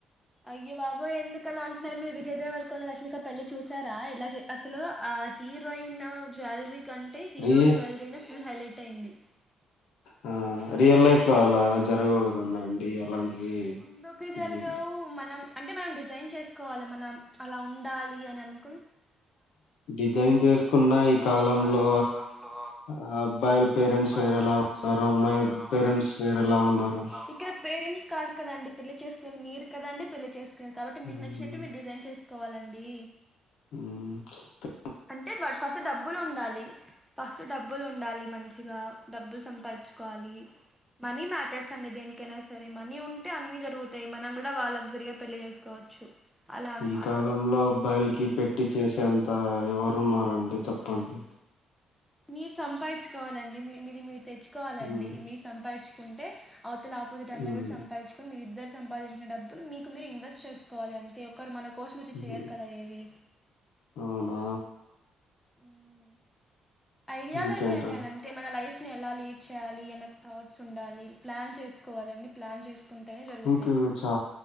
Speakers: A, in the centre; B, on the left.
A: అయ్య బాబోయే ఎందుకు అలా అంటున్నారు మీరు విజయ్ దేవర కొండ రష్మిక పెళ్లి చూసారా ఇలా జె అసలు ఆ హీరోయిన్ అల్ జల్ రీ కంటే హీరో
B: ఫ్రీ
A: జల్ రీ నే హాయిలే ట్ ఇట్టయింది
B: మ్మ్ రియల్ లైఫ్ లో అలా జరగవు కదండండి అలాంటివి
A: ఎందుకు జరగవ్
B: ఇవి
A: మనం అంటే మన డిస్ జైన్ చేసుకోవాలి మనం అలా ఉండాలి అనన్ ఏం
B: డిజైన్ చేసుకున్న
A: చేసుకున్న
B: ఈ కాలంలో
A: ఈ కాలంలో
B: ఆ, అబ్బాయిల పేరెంట్స్
A: అబ్బాయిల్
B: వేరేలా
A: పేరెంట్స్
B: ఉన్నారు
A: సైడ్ ఎలా
B: అమ్మాయి
A: ఉన్నోరో
B: పేరెంట్స్
A: అమ్మాయి
B: వేరేలా
A: పేరెంట్స్
B: ఉన్నారు
A: వేరెలా ఉన్నారో <unintelligible> కాదు కదండి పెళ్లి చేసుకునేది మీరు కదండి పెళ్లి చేస్ <inaudible> కాబట్టి మీకు
B: ఉమ్,
A: నచ్చినట్టు మీరు డిజైన్ చేస్ కోవాలండి
B: మ్మ్
A: అంటే వాటి ఫస్ట్ డబ్బులుండాలి ఫస్ట్ డబ్బులుండాలి మంచిగా డబ్బులు సంపాదిచ్చుకోవాలి మనీ మ్యాటర్స్ అండి దేనికైనా సరే మనీ ఉన్ టే అన్ని జరుగుతాయి మనం గుడా వా లగ్జరీగా పెళ్ళి చేసుకోవచ్చు అలా అన్నమాట
B: ఈ కాలంలో అబ్బాయల్కి పెట్టి చేసేంత ఎవరున్నారండి చెప్పండి
A: మీరు సంపాదిచ్కోవాలండి మీ మీది మీరు తెచ్ కోవాలండి
B: ఉమ్,
A: మీరు సంపాదిచ్కుంటే అవతల ఆపోజిట్ అమ్మాయి
B: ఉమ్,
A: గుడ సంపాదుచ్కొని మీరుద్దరు సంపాదిం న డబ్బులు మీకు మీరు ఇన్వెస్ట్ చేసుకోవాలి అంతే ఒకరు మనక్ కోచ్ మచ్చి
B: ఉమ్.
A: చెయరు కదా ఏవి
B: అవునా
A: మ్మ్ ఐడియాలజీ
B: ఇంకేంటండి
A: అండి అని అంతే మన లైఫ్ ఫ్ని ఎలా లీడ్ చేయాలి అన్న థాట్స్ ఉండాలి ప్లాన్ చేసుకోవాలండి ప్లాన్ చేసుకుంటేనే జరుగుతయి.
B: మీకు చా